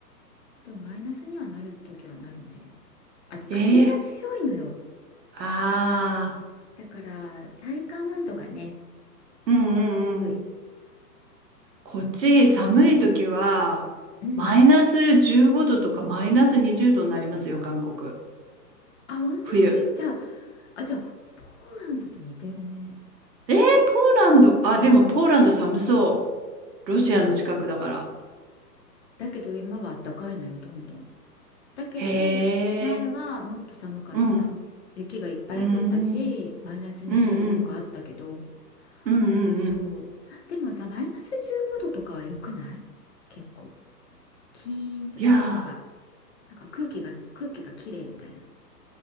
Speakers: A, on the left; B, on the right.
A: でもマイナスにはなるときはなるね。あと風が強いのよ。
B: ええ、あ
A: だから体感温度がね、
B: あ、うんう
A: 低い。
B: んうん。こっち、
A: そうなのよ。
B: 寒い時は、
A: うん。
B: マイナス15度とかマイナス20度になりますよ、韓国。
A: あ、本当にじゃあ、
B: 冬。
A: あ、じゃあ、ポーランドと似てるね。
B: えー、ポーランド。あ、でもポーランド寒そう。ロシアの近くだから。
A: うん。だけど今は暖かいのよ、どんどん。だけど前はもっと寒かった。
B: へえ。うん。
A: 雪がいっぱい降ったし、
B: うん。
A: マイナス20度とかあったけど、
B: うんうん。うんうんうん。
A: そう。でもさ、マイナス15度とかは良くない結構。キーンとして、
B: いや
A: なんか、なんか空気が、空気が綺麗みたいな。